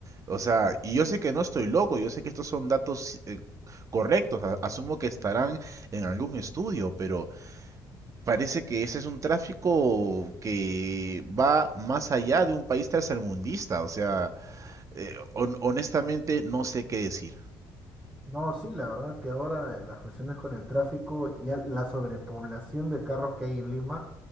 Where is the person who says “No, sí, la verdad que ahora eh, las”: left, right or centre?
Right